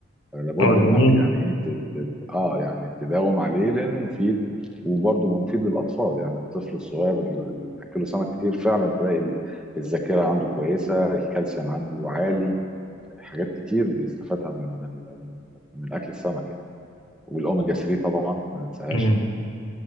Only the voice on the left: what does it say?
اه
جميل
امم